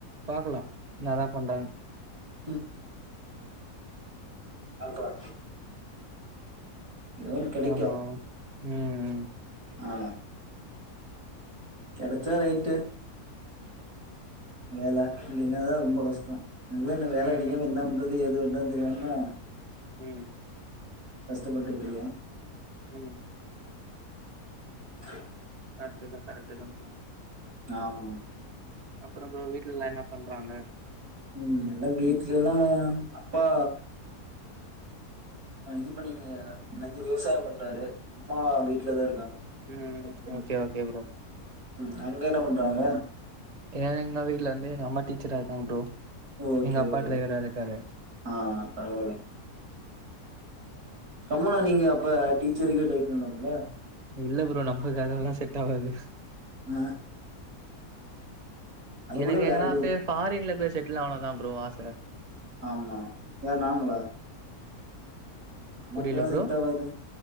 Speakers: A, on the right (about 25°); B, on the right (about 75°).
A: பாக்கலா என்னா தா பண்றாங்
B: உம் பாக்களா ஒன்னு கெடைக்கு
A: ஆமா உம் உம்
B: ஆ கெடைச்சா ரைட்டு வேல இல்லன்னா தா ரொம்ப கஷ்டோ என்ன வேல
A: ம்
B: என்ன பண்றது எது பண்றது தெரியாம
A: உம்
B: கஷ்டப்பட்டு இருக்கெ
A: உம்
B: அஅஅ
A: கரெக்ட்டுங்க கரெக்ட்டுங்க சொம்
B: ஆம்
A: அப்றோ ப்ரோ வீட்டு எல்லா என்ன பண்றாங்க
B: உம் எல்லா வீட்டுல எல்லா அப்பா இது பண்ணிட்டு இருக்காரு என்னது விவசாயோ பண்டறாரு அம்மா வீட்டுலதா இருக்காங்க
A: உம் ஒகே ஒகே ப்ரோ
B: ம். அங்க என்ன பண்றாங்க?
A: ஏங்கனா வீட்டுல இருந்து எங்க அம்மா டீச்சரா இருக்காங்க ப்ரோ
B: ஓகே
A: எங்க அப்பா
B: ஓகே
A: டிரைவரா இருக்காரு
B: ஆ பரவாயில்ல அம்மாவுக்கு நீங்க அப்ப டீச்சருக்கே டிரை பண்ணலாம்ப்புல
A: இல்ல ப்ரோ நம்பளுக்கு அதெல்லா செட் ஆகாது
B: ஆ அது
A: எனக்கு
B: கூட வேல்யூ
A: எங்கன்னா அப்டியே ஃபாரின்ல போய் செட்டில் ஆகனுந்தா ப்ரோ ஆச
B: ஆம்மா யார் நாங்களா நமக்கெல்லா
A: புரியல
B: செட்
A: ப்ரோ
B: ஆவாது